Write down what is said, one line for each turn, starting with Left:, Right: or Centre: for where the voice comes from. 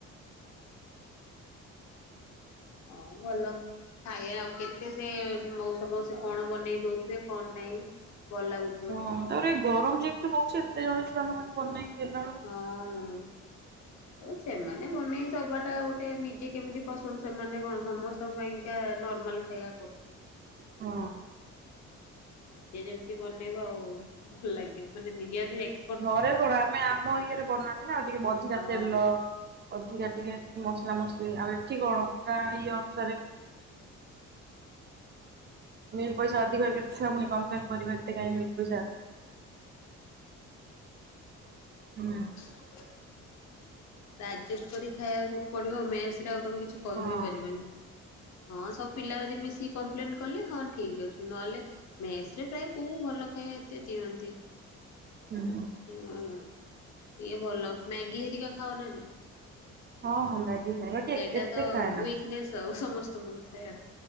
Left: ହୁଁ <inaudible> ହଁ ଭଲ। ଖାଇବା ଆଉ କେତେ ସେ ମଉସା ମାଉସୀ କଣ ବନେଇ ଦଉଥିବେ। କଣ ନାଇଁ ଭଲ ଲାଗୁ
Right: ହଁ ତାପରେ ଏଇ ଗରମ ଯେମିତି ହଉଛି। ଏତେ ଜଣ ଛୁଆଙ୍କ ପାଇଁ ବନେଇକି ଦେଲାବେଳୁ-
Left: ହଁ। ତ ସେମାନେ ବନେଇକି। ଦବା ଟା ଗୋଟେ ନିଜେ କେମିତି ପସନ୍ଦ ସେମାନେ କଣ ସମସ୍ତଙ୍କ ପାଇଁକା ନର୍ମାଲ ସେଇୟା କରୁଥିବେ।
Right: ହଁ।
Left: ନିଜେ ଯେମିତି ବନେଇବ ଆଉ ଭଲ ଲାଗିବ। ମାନେ ନିଜେ ଏସ
Right: ଘରେ କଣ ଆମେ ଆମ ଇଏରେ ବନାନ୍ତି। ନା ଆଉ ଟିକେ ଅଧିକା
Left: ହଁ
Right: ତେଲ
Left: ହଁ
Right: ଅଧିକା ଟିକେ ମସଲା ମସଲି ଆଉ ଏଠି କଣ ପୁରା ଇଏ ଅନୁସାରେ। ମିଲ ପଇସା ଅଧିକ କେତେ ସବୁ କମ୍ପଲେନ କରିବେ ଏତେ କାଁଇ ପଇସା ହେଲା? ହୁଁ
Left: ଆରେ <inaudible> ଆଜେଷ୍ଟ କରି ଖାଇବାକୁ ପଡିବ। ମେସରେ ଆଉ ତମେ କିଛି କହିବି
Right: ହଁ
Left: ପାରିବନି। ହଁ ସବୁ ପିଲା ଯଦି ମିଶିକି କମ୍ପ୍ଲେନ କଲେ। ହଁ ଠିକ ଅଛି ନହେଲେ। ମେସରେ ପ୍ରାୟ କୋଉ ଭଲ ଖାଇବା ଏତେ ଦିଅନ୍ତି?
Right: ହୁଁ ହୁଁ
Left: ହ ଟିକେ ଭଲ ମ୍ୟାଗି ହେରିକା ଖାଅନା ନାହିଁ।
Right: ହଁ ହଁ ମ୍ୟାଗି। ଖାଏ ବାକି ଏ
Left: ସେଇଟା
Right: ଏତେ
Left: ତ
Right: ଖାଏ ନା
Left: ୱିକନେସ୍ ଆଉ ସମସ୍ତଙ୍କର ଥାଏ।